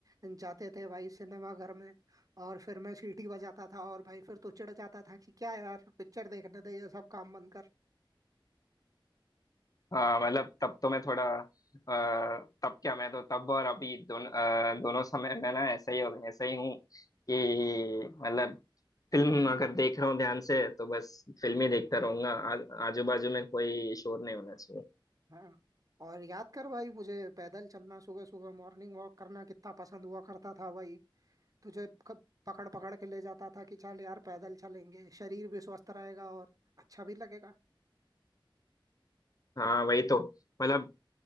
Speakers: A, on the right; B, on the left.
A: जाते थे भाई सिनेमा घर में और फिर मैं सीटी बजाता था और भाई फिर तू चिढ़ जाता था कि क्या यार पिक्चर देखने दे ये सब काम बंद कर
B: हाँ मतलब तब तो मैं थोड़ा अ, तब क्या मैं तो तब और अभी दोनों दोनों समय में ना ऐसा ही हो ऐसा ही हूँ कि मतलब फिल्म
A: हम्म,
B: अगर देख रहा हूँ ध्यान से तो बस फिल्म ही देखता रहूंगा आ, आजू बाजू में कोई शोर नहीं होना चाहिए
A: हाँ और याद कर भाई मुझे पैदल चलना सुबह सुबह मॉर्निंग वॉक करना कितना पसंद हुआ करता था भाई तुझे क- पकड़ पकड़ के ले जाता था कि चल यार पैदल चलेंगे शरीर भी स्वस्थ रहेगा और अच्छा भी लगेगा
B: हाँ वही तो मतलब